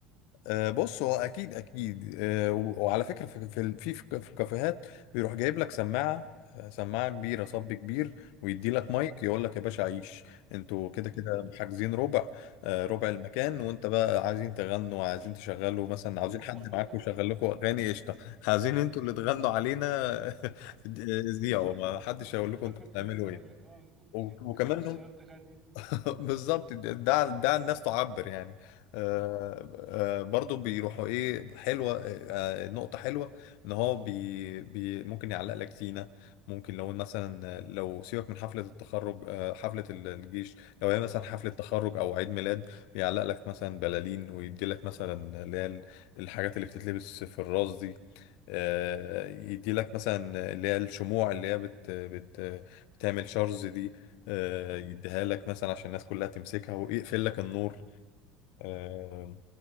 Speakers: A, on the left; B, on the right.
A: آه، بص هو اكيد اكيد آه، و- وعلى فكره في في في في الكافيهات بيروح جايب لك سماعه آه، سماعه كبيره صب كبير ويدي لك
B: مم.
A: مايك يقول لك يا باشا عيش انتوا كده
B: جميل
A: كده
B: قوي ده
A: حاجزين ربع آه، ربع
B: مم.
A: المكان وانت بقى عايزين تغنوا عايزين تشغلوا مثلا
B: <laughs>
A: عاوزين حد معاكم يشغل لكم اغاني قشطه عايزين انتوا اللي تغنوا علينا <laughs> زيعوا ما حدش هيقول لكم
B: كنت
A: انتوا بتعملوا
B: لسه هقول
A: ايه
B: لك اه
A: و-
B: نخلي
A: وكمان
B: الشباب تغني
A: <laughs> بالظبط ده ده الناس تعبر يعني آه،
B: مم.
A: آه، برضو بيروحوا ايه حلوه آه، آه، نقطه حلوه ان هو بي بي ممكن يعلق لك زينه ممكن لو مثلا لو سيبك من حفله التخرج آه، حفله ال- الجيش لو هي مثلا حفله
B: مم.
A: تخرج او عيد ميلاد بيعلق لك مثلا بلالين ويدي لك مثلا اللي هي ال- الحاجات اللي بتتلبس في الراس دي آه،
B: مم.
A: يدي لك مثلا اللي هي الشموع اللي هي بت بت بتعمل شرز دي آه،
B: مم.
A: يديها لك مثلا عشان الناس كلها تمسكها ويقفل لك النور آه،
B: مم.